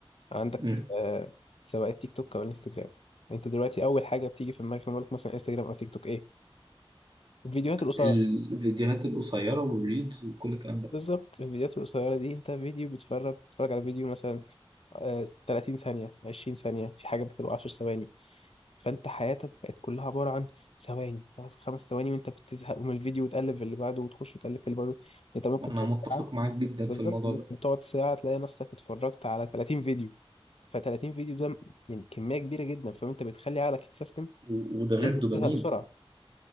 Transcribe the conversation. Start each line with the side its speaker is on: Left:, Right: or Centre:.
Left: عندك
Right: مم.
Left: آه سواء التيك توك او الانستجرام انت دلوقتي اول حاجه بتيجي في دماغك لما أقول لك مثلا انستجرام او تيك توك ايه الفيديوهات القصيره
Right: الفيديوهات القصيرة والريلز وكل الكلام ده
Left: بالظبط الفيديوهات القصيره دي انت فيديو بيتفرج بتتفرج على فيديو مثلا آه 30 ثانيه 20 ثانيه في حاجه بتبقى 10 ثواني فانت حياتك بقت كلها عباره عن ثواني خمس ثواني وانت بتزهق من الفيديو وتقلب في اللي بعده وتخش وتقلب في اللي بعده انت ممكن
Right: أنا
Left: تقعد
Right: متفق
Left: ساعه
Right: معاك جدا
Left: بالظبط
Right: في الموضوع
Left: ممكن
Right: ده
Left: تقعد ساعة تلاقي نفسك اتفرجت على 30 فيديو ف30 فيديو ده من كمية كبيرة جدا فانت بتخلي عقلك يتسيستم
Right: و- وده غير
Left: ان انت
Right: دوبامين
Left: بتزهق بسرعة